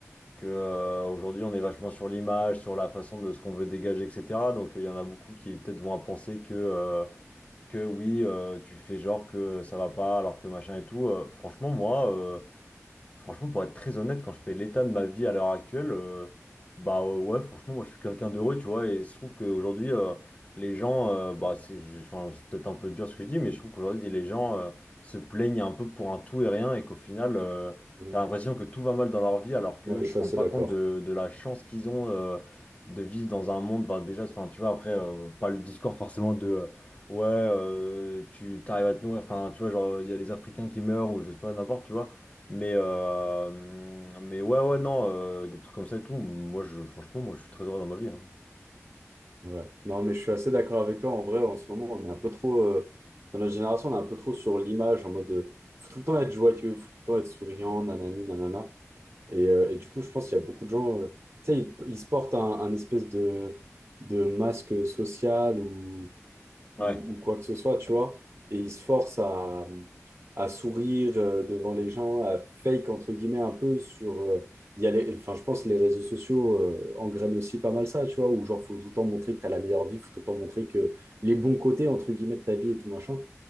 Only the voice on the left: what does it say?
que euh, aujourd'hui on est vachement sur l'image, sur la façon de ce qu'on veut dégager, etc. Donc euh, il y en a beaucoup qui peut-être vont à penser que, euh, que oui, euh, tu fais genre que ça va pas alors que machin et tout. Euh, franchement, moi, euh, Franchement, pour être très honnête, quand je fais l'état de ma vie à l'heure actuelle, euh, bah euh, ouais, franchement, moi je suis quelqu'un d'heureux, tu vois, et je trouve qu'aujourd'hui, euh, les gens, euh, bah c'est je- enfin, c'est peut-être un peu dur ce que je dis, mais je trouve qu'aujourd'hui, les gens euh, se plaignent un peu pour un tout et rien, et qu'au final, euh,
t'as l'impression que tout va mal dans leur vie, alors qu'ils
se
rendent
pas
compte de, de la chance qu'ils ont euh, de vivre dans un monde, enfin, déjà, enfin, tu vois, après, euh, pas le discours forcément de. euh, Ouais, euh, tu t'arrives à te nourrir, enfin, tu vois, genre, il y a des Africains qui meurent ou je sais pas, n'importe, tu vois. Mais, euh, mais ouais, ouais, non, euh, des trucs comme ça et tout. Moi, je, franchement, moi, je suis très heureux dans ma vie. hein.
Ouais,